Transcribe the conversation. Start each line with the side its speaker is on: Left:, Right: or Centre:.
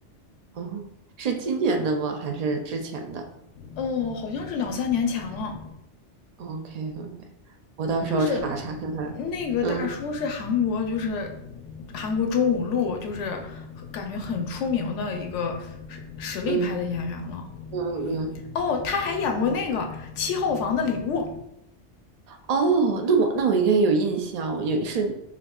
Right: 哦，是今年的吗？还是之前的
Left: 哦，好像是两三年前了。
Right: ？OK OK，我到时候查查看看。
Left: 就是那个大叔是韩国，
Right: 嗯
Left: 就是韩国中五路，就是感觉很出名的一个实实力派的演员了。
Right: 嗯嗯嗯。
Left: 哦，他还演过那个《七号房的礼物》。
Right: 哦，那我那我应该有印象，也是，